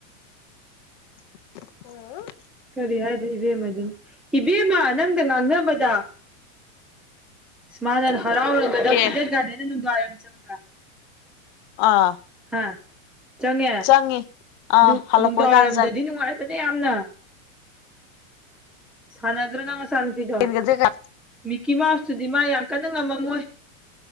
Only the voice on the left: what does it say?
<unintelligible>
ꯀꯦ
ꯑꯥ꯫
ꯆꯪꯉꯤ ꯑꯥ
ꯍꯜꯂꯛꯄꯩ
ꯀꯥꯟꯗ
ꯆꯪꯉꯤ